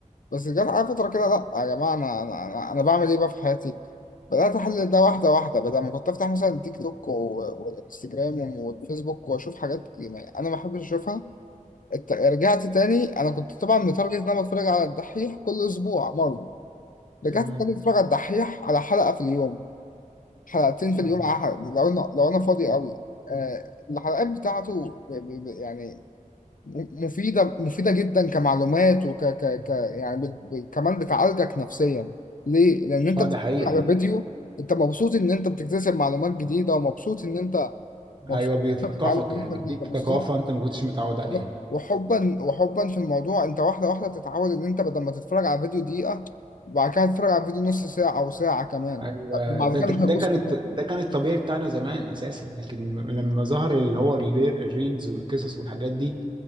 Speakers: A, on the left (about 80°); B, on the right (about 35°).
A: بس جت عليا فترة كده لأ يا جماعة أنا أنا أنا أنا بعمل إيه بقى في حياتي؟ بدأت أحلل ده واحدة واحدة بدل ما كنت أفتح مثلا تيك توك و- والإنستجرام والفيسبوك وأشوف حاجات يعني أنا ما بحبش أشوفها الت- رجعت تاني أنا كنت طبعا متارجت إن أنا بتفرج على الدحيح كل أسبوع مرة رجعت
B: تمام
A: ابتديت اتفرج على الدحيح على حلقة في اليوم حلقتين في اليوم
B: آه.
A: أحد لو أنا لو أنا فاضي قوي آه الحلقات بتاعته ب- ب- ب- يعني م- مفيدة مفيدة جدا كمعلومات وك ك ك يعني بت ب- كمان بتعالجك نفسيا ليه؟ لأن أنت
B: اه
A: بتتفرج
B: ده حقيقه
A: على فيديو أنت مبسوط إن أنت بتكتسب معلومات جديدة ومبسوط إن أنت مبسوط
B: ايوه بيثقفك
A: إن أنت بتتعلم منها
B: يعني بيديك
A: جديدة بالظبط
B: ثقافه انت ما كنتش متعود عليها
A: بالظبط. وحبا وحبا في الموضوع انت واحده واحده بتتعود ان انت بدل ما تتفرج على فيديو دقيقه بعد كده هتتفرج على فيديو نص ساعه او ساعه كمان
B: ايوه
A: بعد
B: ده
A: كده
B: ده
A: مش
B: ده
A: هتبص
B: كان
A: لده.
B: الط- ده كان الطبيعي بتاعنا زمان اساسا لكن م- لما ظهر اللي هو الري- الريلز والقصص والحاجات دي